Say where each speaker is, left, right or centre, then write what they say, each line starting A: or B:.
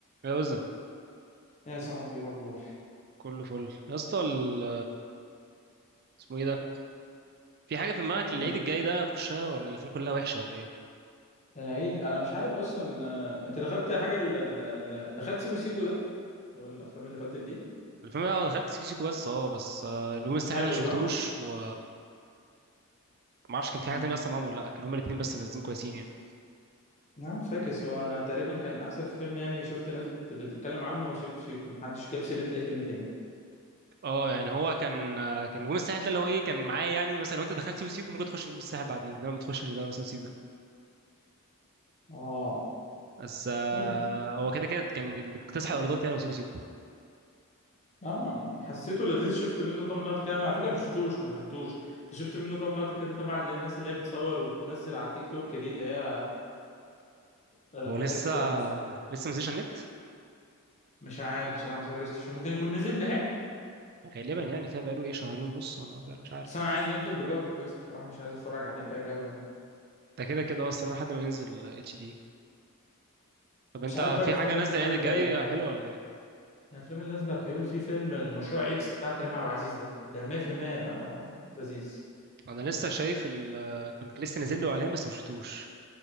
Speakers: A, on the right (about 45°); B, on the left (about 30°).
A: جوزة
B: إيه يا صاحبي إيه الاخبار
A: كله فل يا اسطى ال- اسمه ايه ده في حاجه في دماغك
B: ايه
A: العيد الجاي ده نخشها ولا الافلام كلها وحشه ولا ايه
B: العيد انا مش عارف اصلا آه، انت دخلت حاجه ال... ال... ال- دخلت سيكو سيكو ده والافلام اللي فاتت دي
A: الفيلم ده دخلت سيكو سيكو بس اه بس آه، نجوم الساحل
B: حلو
A: ده ما شفتوش
B: صح
A: و ما اعرفش كان في
B: امم
A: حاجه تانية اصلا معاهم ولا لا كان هما الاثنين بس نازلين كويسين يعني
B: نعم فاكس هو انا تقريبا كان احسن فيلم يعني شفت ناس بت... بتتكلم عنه هو سيكو سيكو محدش جاب سيره اي فيلم تاني
A: اه يعني هو كان آه، كان نجوم الساحل ده اللي هو ايه كان معايا يعني مثلا لو انت دخلت سيكو سيكو ممكن تخش نجوم الساحل بعدين انما ما تخشش ده مثلا سيكو ده
B: اه
A: بس آه،
B: ممكن
A: هو كده كده كان اللي بيكتسح الارضات يعني هو سيكو سيكو
B: اما أنا حسيته لذيذ شفت منه كام لقطه كده على فكره ما شفتوش ما دخلتوش بس شفت منه كام لقطه كده طبعا للناس اللي هي بتصور وتنزل على التيك توك دي اللي هي الحاجات
A: هو لسه آه،
B: مس...
A: لسه ما نزلش على النت
B: مش عارف بصراحه ما سرشتش هو ممكن يكون نزل لحقه
A: غالبا يعني كده بقاله ايه شهرين ونص ولا بقاله مش عارف
B: بس انا عايز ينزل بجودة كويسة بصراحة مش عايز اتفرج عليه بأي جودة يعني
A: ده كده كده اصلا لحد ما ينزل اتش دي طب انت
B: مش عارف بقى
A: في
B: الافلام
A: حاجه
B: اللي
A: نازله
B: نازلة
A: العيد الجاي
B: ايه يعني
A: حلوه ولا ايه
B: الافلام اللي نازلة بيقول في فيلم المشروع اكس بتاع كريم عبد العزيز ده ده 100% هيبقى لذيذ
A: انا لسه شايف ال كنت لسه نازل له اعلان بس ما شفتوش